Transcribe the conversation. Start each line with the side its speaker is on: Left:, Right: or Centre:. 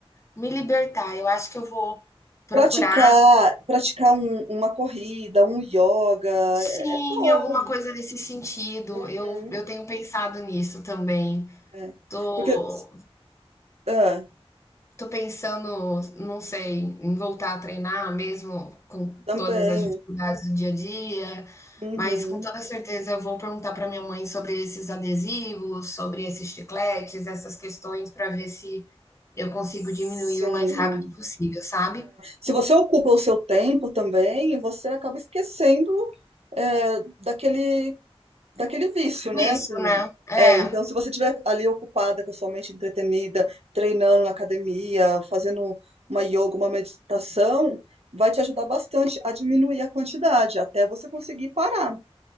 Left: me libertar. Eu acho que eu vou procurar
Right: Praticar, praticar um- uma corrida, um yoga
Left: Sim,
Right: é, é bom.
Left: alguma coisa nesse sentido.
Right: Uhum,
Left: Eu eu tenho pensado nisso também.
Right: é.
Left: Tô
Right: Porque ah,
Left: tô pensando, não sei, em voltar a treinar mesmo com
Right: também,
Left: todas as dificuldades do dia a dia,
Right: uhum,
Left: mas com toda certeza eu vou perguntar para minha mãe sobre esses adesivos, sobre esses chicletes, essas questões para ver se eu consigo
Right: sim.
Left: diminuir o mais rápido
Right: é.
Left: possível, sabe?
Right: Se você ocupa o seu tempo também, você acaba esquecendo é, daquele daquele vício,
Left: Vício,
Right: né? Assim,
Left: né? É,
Right: é, então, se você estiver ali ocupada com a sua mente entretenida, treinando na academia, fazendo uma yoga, uma meditação, vai te ajudar bastante a diminuir a quantidade, até você conseguir parar.